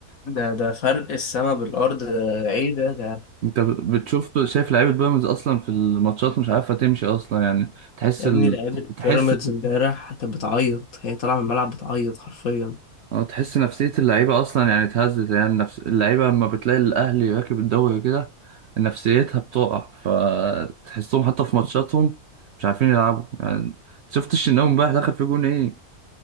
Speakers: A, on the left (about 70°); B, on the right (about 65°).
A: ده ده فرق السما بالارض ده ده ايه ده ده
B: انت بتشوف شايف لعيبه بيراميدز اصلا في الماتشات مش عارفه تمشي اصلا يعني تحس
A: يا
B: ال...
A: ابني لعيبة
B: تحس
A: بيراميدز امبارح كانت بتعيط هي طالعة من الملعب بتعيط حرفيا
B: اه تحس نفسيه اللعيبه اصلا يعني اتهزت يعني نفس اللعيبه لما بتلاقي الاهلي راكب الدوري كده نفسيتها بتقع فتحسهم حتى في ماتشاتهم مش عارفين يلعبوا يعني شفت الشناوي امبارح دخل في جون ايه